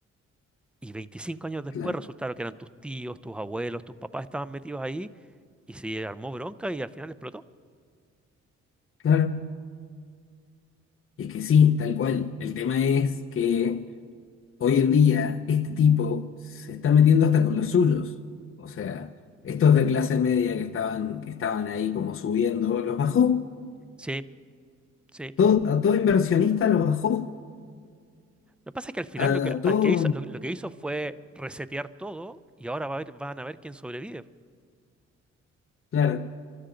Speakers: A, in the centre; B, on the left.
A: Y 25 años después
B: claro,
A: resultaron que eran tus tíos, tus abuelos, tus papás estaban metidos ahí. Y se armó bronca y al final explotó.
B: claro. Y Es que sí, tal cual. El tema es que... hoy en día este tipo se está metiendo hasta con los suyos. O sea, estos de clase media que estaban, que estaban ahí como subiendo, los bajó.
A: Sí, sí.
B: Todo, a todo inversionista lo bajó.
A: Lo que pasa es que al final
B: A,
A: lo que,
B: a
A: al
B: todo,
A: que hizo, lo, lo que hizo fue resetear todo y ahora va a haber- van a ver quién sobrevive.
B: claro,